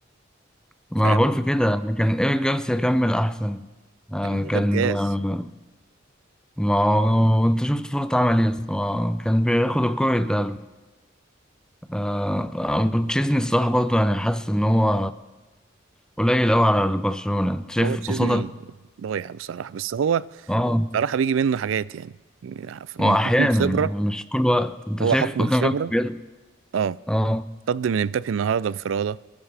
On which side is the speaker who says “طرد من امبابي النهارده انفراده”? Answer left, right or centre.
Right